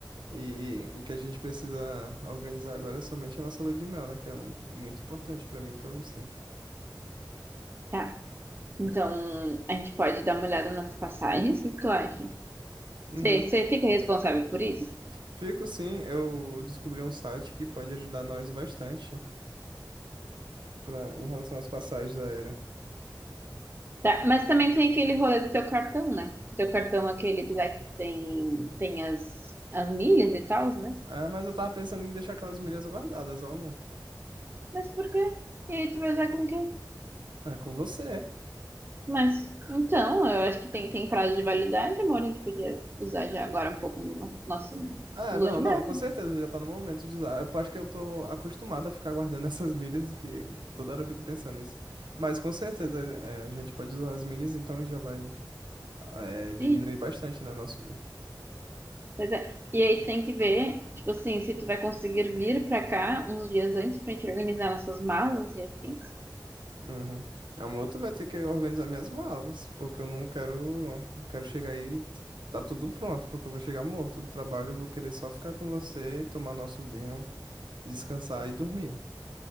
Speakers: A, on the right; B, on the right.
A: E o que a gente precisa organizar agora é somente a nossa lua de mel, né? Que é um... muito importante pra mim e pra você.
B: Tá. Então, a gente pode dar uma olhada nas passagens? O que que tu acha?
A: Uhum.
B: Você, você fica responsável por isso?
A: Fico sim, eu descobri um site que pode ajudar nós bastante pra... em relação às passagens da era.
B: Tá, mas também tem aquele rolê do seu cartão, né? Que teu cartão, é aquele lá que tem, tem as, as milhas e tal, né?
A: Ah, mas eu tava pensando em deixar aquelas milhas guardadas, ó, amor.
B: Mas por quê? E aí tu vai usar com quem?
A: Ah, com você.
B: Mas, então, eu acho que tem, tem prazo de validade, amor. A gente podia usar já agora um pouco no no- nosso
A: Ah,
B: lua
A: não,
B: de
A: não,
B: mel.
A: com certeza já tá no momento de usar. Eu acho que eu tô acostumado a ficar guardando <laughs> essas milhas, que toda hora eu fico pensando nisso. Mas com certeza é, a gente pode usar as milhas, então já vai é, diminuir
B: E,
A: bastante, né, nosso...
B: pois é. E aí tu tem que ver, tipo assim, se tu vai conseguir vir pra cá uns dias antes pra gente organizar nossas malas e afins.
A: Uhum. A moto vai ter que organizar minhas malas, porque eu não quero, não quero chegar aí e tá tudo pronto, porque eu vou chegar morto do trabalho, eu vou querer só ficar com você, tomar nosso vinho, descansar e dormir.